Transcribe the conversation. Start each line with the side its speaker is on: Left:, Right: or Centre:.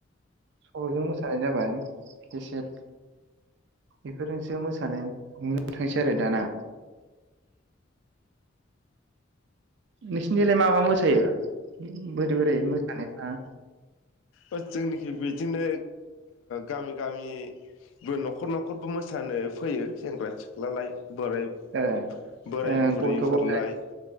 Right: सल'जों मोसानाय जाबाय केसेट बेफोरजोंसो मोसानाय नुनो थांसै आरो दाना नोंसिनिथिंलाय मा मा मोसायो बोरै बोरै मोसानायफ्रा?
Left: ओ जोंनिखि बिदिनो गामि गामिबो न'खर न'खरबो मोसानो फैयो सेंग्रा सि ख्लालाय बोराय
Right: ओ ओ
Left: बोराय बुरैफोरलाय
Right: गथ' गथाय